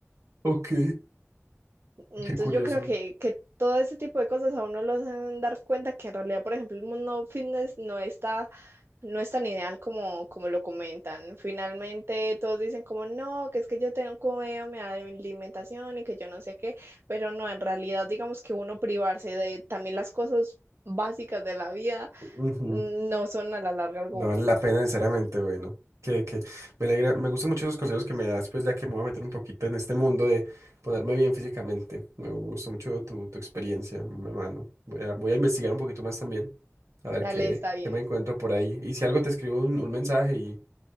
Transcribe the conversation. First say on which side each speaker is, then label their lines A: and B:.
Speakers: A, on the right (about 75°); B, on the right (about 50°).
A: Ok,
B: Entonces
A: qué curioso.
B: yo creo que, que todo ese tipo de cosas a uno lo hacen dar cuenta que en realidad, por ejemplo, el mundo fitness no está, no es tan ideal como, como lo comentan. Finalmente todos dicen como no, que es que yo tengo como medio mi alimentación y que yo no sé qué, pero no, en realidad digamos que uno privarse de también las cosas básicas de la vida
A: Ujú.
B: no son a la larga algo
A: No
B: bueno.
A: vale la pena necesariamente, bueno. Que, que me alegra, me gustan mucho esos consejos que me das, pues ya que me voy a meter un poquito en este mundo de ponerme bien físicamente. Me, me gustó mucho tu, tu experiencia, mi hermano. Voy a, voy a investigar un poquito más también, a ver
B: Dale,
A: qué,
B: está bien.
A: qué me encuentro por ahí. Y si algo te escribo un, un mensaje y